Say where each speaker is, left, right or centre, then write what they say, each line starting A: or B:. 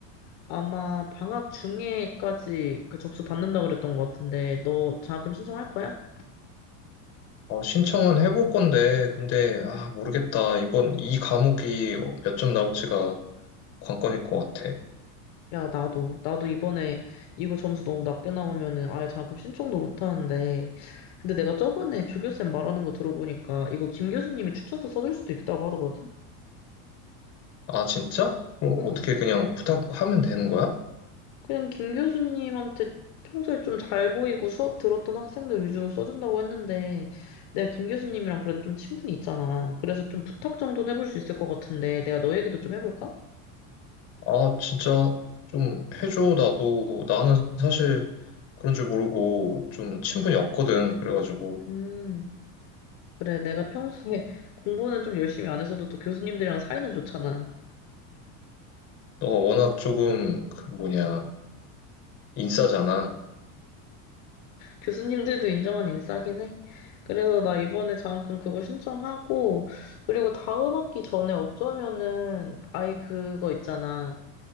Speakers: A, on the left (about 55°); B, on the left (about 35°).
A: 아마 방학 중에까지 그 접수 받는다 그랬던 것 같은데, 너 장학금 신청할 거야?
B: 어, 신청은 해볼 건데, 근데,
A: 응.
B: 아, 모르겠다. 이번 이 과목이 몇 점 나올지가 관건일 것 같아.
A: 야, 나도. 나도 이번에 이거 점수 너무 낮게 나오면은 아예 장학금 신청도 못 하는데. 근데 내가 저번에 조교쌤 말하는 거 들어보니까 이거 김 교수님이 추천서 써줄 수도 있다고 하더거든?
B: 아, 진짜? 그럼
A: 응.
B: 어떻게 그냥 부탁하면 되는 거야?
A: 그냥 김 교수님한테 평소에 좀 잘 보이고 수업 들었던 학생들 위주로 써준다고 했는데, 내가 김 교수님이랑 그래도 좀 친분이 있잖아. 그래서 좀 부탁 정도는 해볼 수 있을 것 같은데, 내가 너 얘기도 좀 해볼까?
B: 아, 진짜 좀 해줘. 나도, 나는 사실 그런 줄 모르고 좀 친분이 없거든. 그래가지고,
A: 음, 그래. 내가 평소에 공부는 좀 열심히 안 했어도 또 교수님들이랑 사이는 좋잖아.
B: 너가 워낙 조금, 그 뭐냐, 인싸잖아.
A: 교수님들도 인정한 인싸긴 해. 그래서 나 이번에 장학금 그거 신청하고, 그리고 다음 학기 전에 어쩌면은 아예 그거 있잖아.